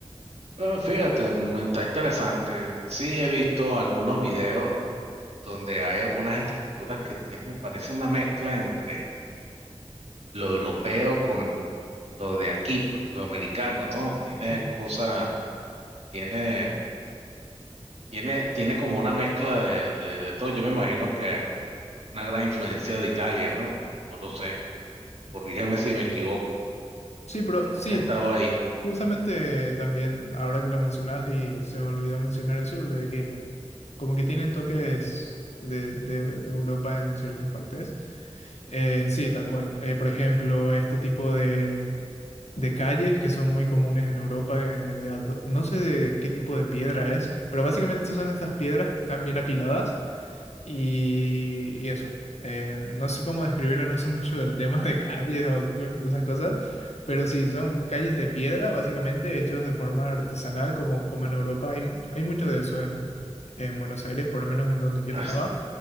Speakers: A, on the right (about 75°); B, on the left (about 80°).
A: Ah, fíjate, mm, está interesante. Sí, he visto algunos videos donde hay algunas estructuras que tienen, parece una mezcla entre lo europeo con lo de aquí, pues lo americano, ¿no? Tiene
B: Mm.
A: cosas, tiene, tiene, tiene como una mezcla de, de, de todo. Yo me imagino que una gran influencia de Italia, ¿no? No lo sé. Corrígeme si me equivoco,
B: Sí,
A: porque
B: pero
A: nunca
B: sí,
A: he estado ahí.
B: Justamente también, ahora que lo mencionas y se me olvidó mencionar eso, de que como que tienen toques de, de- de Europa en ciertas partes. Eh, sí, tal cual. Eh, por ejemplo, este tipo de, de calles que son muy comunes en Europa, eh, de ado- no sé de qué tipo de piedra es, pero básicamente son estas piedras que están bien apiladas y, y eso, eh, no sé cómo describirlo, no sé mucho del tema de calles o cu- de esas cosas, pero sí, son calles de piedra, básicamente, hechos de forma artesanal, como, como en Europa. Hay, hay mucho de eso en, en Buenos Aires, por lo menos en donde yo
A: <laughs>
B: estaba.